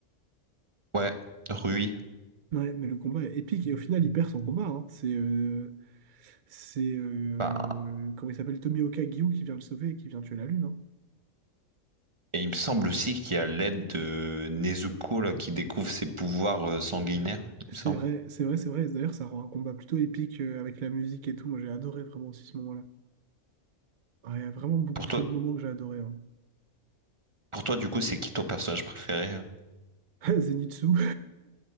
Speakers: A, on the right (about 25°); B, on the right (about 70°).
A: Ouais, Rui.
B: Ouais, mais le combat est épique et au final, il perd son combat. hein. C'est. euh, C'est. euh,
A: bah,
B: Comment il s'appelle? Tomioka Gyu qui vient le sauver et qui vient tuer la lune. hein.
A: Et il me semble aussi qu'il y a l'aide de Nezuko là, qui découvre ses pouvoirs euh, sanguinaires, il
B: C'est
A: me semble.
B: vrai, c'est vrai, c'est vrai. D'ailleurs, ça rend un combat plutôt épique euh, avec la musique et tout. Moi, j'ai adoré vraiment aussi ce moment-là. Ah, Il y a vraiment beaucoup
A: Pour
B: trop
A: toi,
B: de moments que j'ai adoré. hein.
A: pour toi, du coup, c'est qui ton personnage préféré? euh
B: <laughs> Zenitsu,